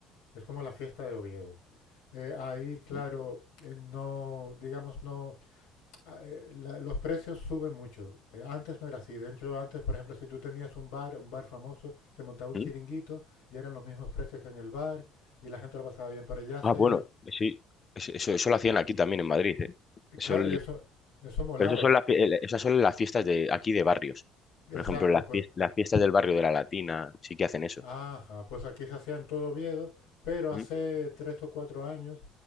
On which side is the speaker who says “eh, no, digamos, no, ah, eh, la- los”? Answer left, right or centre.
Left